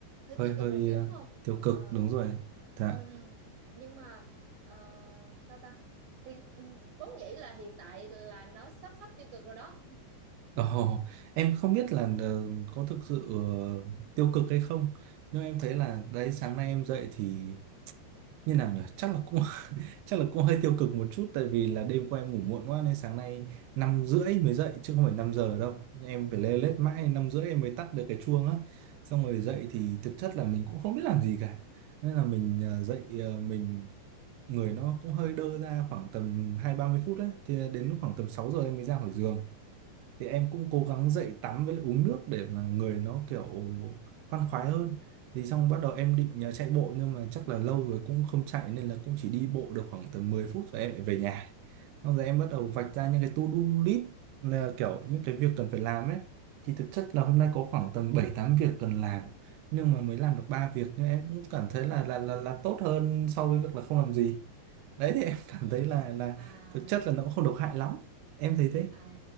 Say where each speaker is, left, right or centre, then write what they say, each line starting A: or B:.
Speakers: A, on the right; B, on the right.
A: hơi
B: hơi
A: tiêu
B: hơi
A: cực một xíu
B: ờ,
A: đúng không
B: tiêu cực
A: Ờ,
B: đúng rồi dạ
A: Ừ, ừ. nhưng mà ờ, sao ta thì ừ, vốn dĩ là hiện tại là nó sắp sắp tiêu cực rồi đó
B: Ồ, em không biết là ờ, có thực sự ờ, tiêu cực hay không nhưng em thấy là đấy sáng nay em dậy thì như nào nhỉ chắc là cũng <laughs> chắc là cũng hơi tiêu cực một chút tại vì là đêm qua em ngủ muộn quá nên sáng nay năm rưỡi mới dậy chứ không phải 5 giờ đâu em phải lê lết
A: ừ,
B: mãi năm rưỡi em mới tắt được cái chuông á xong rồi dậy
A: ừ,
B: thì thực chất là mình cũng không biết làm gì cả nên là mình
A: ừ,
B: ờ, dậy ờ, mình người nó cũng hơi đơ ra khoảng tầm hai ba mươi phút đấy thì đến lúc khoảng tầm 6 giờ em mới ra khỏi giường thì em
A: ừ,
B: cũng cố gắng dậy tắm với lại uống nước để mà người nó kiểu khoan khoái hơn thì xong bắt đầu em định nhờ chạy bộ nhưng mà chắc là lâu rồi cũng không chạy nên là cũng chỉ đi bộ được khoảng tầm 10 phút rồi em lại về nhà xong rồi em bắt
A: ừ,
B: đầu vạch ra những cái to-do list là kiểu
A: ừ,
B: những cái việc cần phải làm ấy thì thực chất là hôm nay
A: ừ,
B: có khoảng tầm 7 8 việc cần làm nhưng mà mới làm được ba việc nhưng em cũng cảm thấy là là là là tốt hơn so với việc là không làm gì đấy thì em cảm
A: ừ.
B: thấy là là
A: À
B: thực chất là nó cũng không độc hại lắm em thấy thế
A: À,